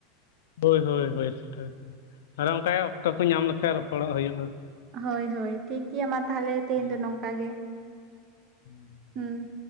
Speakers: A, on the left; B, on the right.
A: ᱦᱳᱭ ᱦᱳᱭ ᱦᱳᱭ ᱥᱮᱴᱮᱨ ᱮᱱᱟ ᱟᱨ ᱚᱱᱠᱟ ᱚᱠᱛᱚ ᱠᱚ ᱧᱟᱢ ᱞᱮᱠᱷᱟᱱ ᱨᱚᱯᱚᱲᱚᱜ ᱦᱩᱭᱩᱜᱼᱟ᱾
B: ᱦᱳᱭ ᱦᱳᱭ ᱴᱷᱤᱠᱜᱮᱭᱟ ᱢᱟ ᱛᱟᱦᱚᱞᱮ ᱛᱮᱦᱮᱧ
A: ᱦᱩᱸ,
B: ᱫᱚ ᱱᱚᱝᱠᱟ ᱜᱮ᱾
A: <unintelligible>
B: ᱦᱩᱸ